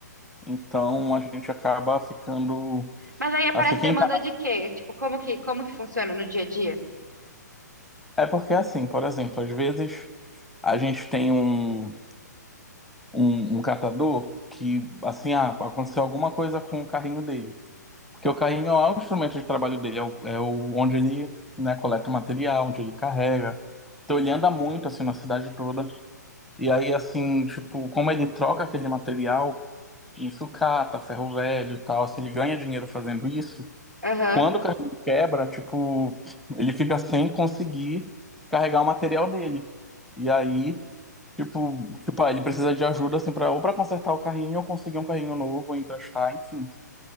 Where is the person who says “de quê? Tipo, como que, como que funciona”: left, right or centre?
Right